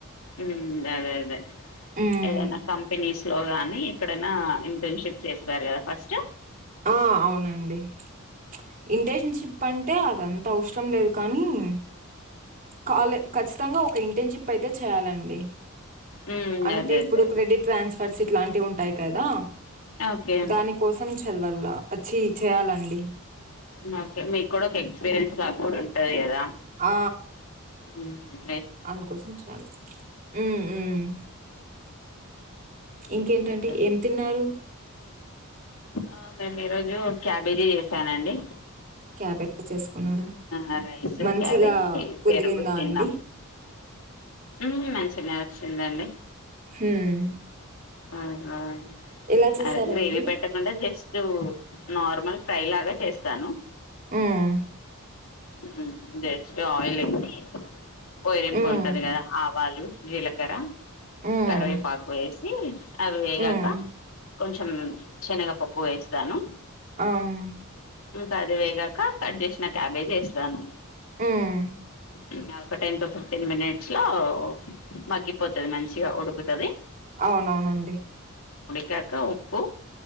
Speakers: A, on the left; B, on the right.
A: ఉమ్ అదే అదే
B: హ్మ్.
A: ఏదనా కంపెనిస్ స్లోగాని ఎక్కడైనా ఇంటర్న్షిప్ చేస్తారూ కదా ఫస్ట్
B: ఆ అవునండి ఉచ్ ఇంటర్న్షిప్ అంటే అదంతా అవసరం లేదు కానీ ఉచ్ కాలే ఖచ్చితంగా ఒక ఇంటర్న్షిప్ అయితే చేయాలండి ఉచ్
A: ఉమ్
B: అంటే
A: అదే
B: ఇప్పుడు
A: అదే
B: క్రెడిట్ ట్రాన్స్ ఫర్స్ ఇట్లాంటివి ఉంటాయి కదా
A: ఓకే
B: దాని కోసం చవల చి చేయ్యాలండి
A: ఒకే మీ కూడా ఒక ఎక్స్పీరియన్స్ లాగ్ కూడా ఉంటది కదా
B: ఆ
A: ఉమ్
B: అందుకోసం చేయాలి ఉమ్ ఉమ్ ఇంకేంటండి
A: హ్మ్.
B: ఏం తిన్నారు
A: ఆ మేము ఈరోజు క్యాబేజీ చేసానండి
B: క్యాబేజ్ చేసుకున్నారా?
A: ఆ రైస్
B: మంచిగా
A: క్యాబేజీ
B: కుదిరిందా
A: పెరుగు తిన్నం
B: అండి
A: ఉమ్ మంచిగానే వచ్చిందండి
B: హ్మ్
A: ఆ ఆ
B: ఎలా చేశారండి
A: అదే గ్రేవీ పెట్టకుండా జస్ట్ నార్మల్ ఫ్రై లాగా చేస్తాను
B: ఉమ్
A: ఉమ్ జస్ట్ ఆయిల్ ఏసి పోయిరంపు
B: హ్మ్
A: ఉంటది కదా ఆవ్ వాలు జీలకర్ర
B: హ్మ్
A: కరివేపాకు వేసి అవి వేగాక
B: హ్మ్
A: కొంచెం శెనగ పప్పు వేస్తాను
B: అమ్
A: ఇంకా అది వేగాక కట్ చేసిన క్యాబేజ్ వేస్తాను
B: ఉమ్
A: ఉమ్ ఒక టెన్ టు ఫిఫ్టీన్ మినిట్స్ లో మగి పోతది మంచిగా ఉడుకుతది
B: అవునవునండి
A: చకా ఉప్పు